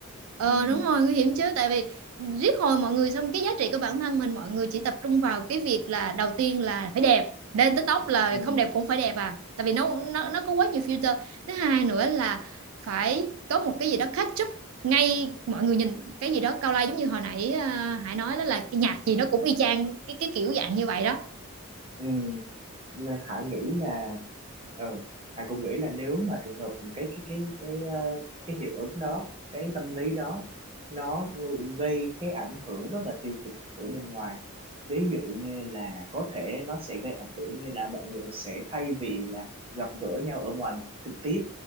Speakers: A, on the right; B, on the right.
A: Ờ
B: ừ
A: đúng rồi nguy hiểm chứ tại vì riết hồi mọi người xong cái giá trị của bản thân mình mọi người chỉ tập trung vào cái việc là đầu tiên là phải đẹp lên TikTok là
B: ừ
A: không đẹp cũng phải đẹp à tại vì nó nó nó có quá nhiều filter thứ hai nữa là phải có một cái gì đó catch up ngay mọi người nhìn cái gì đó cao lai giống như hồi nãy à, Hải nói đó là cái nhạc gì nó cũng y chang cái cái kiểu dạng như vậy đó
B: ừ Nên Hải nghĩ là ừ Hải cũng nghĩ là nếu mà trường hợp cái cái cái cái ờ, cái hiệu ứng đó cái tâm lý đó nó gây cái ảnh hưởng rất là tiêu cực ở bên ngoài ví dụ như là có thể nó sẽ gây ảnh hưởng như là mọi người sẽ thay vì là gặp gỡ nhau ở ngoài một cách trực tiếp